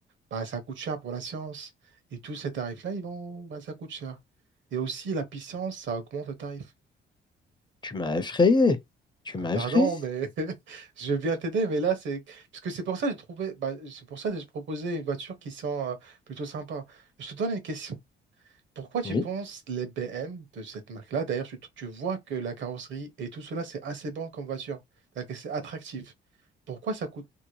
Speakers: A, on the right; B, on the left.
A: bah, ça coûte cher pour la science. Et tous ces tarifs-là, ils vont, bah, ça coûte cher. Et aussi, la puissance, ça augmente le tarif.
B: Tu m'as effrayé. Tu m'as
A: Ah, pardon,
B: effrayé.
A: mais <laughs> je viens t'aider, mais là, c'est... Parce que c'est pour ça que j'ai trouvé... bah, c'est pour ça que j'ai proposé une voiture qui sent euh, plutôt sympa. Je te donne une question. Pourquoi tu
B: Oui.
A: penses les BM de cette marque-là? D'ailleurs, tu, tu vois que la carrosserie et tout cela, c'est assez bon comme voiture. C'est-à-dire que C'est attractif. Pourquoi ça coûte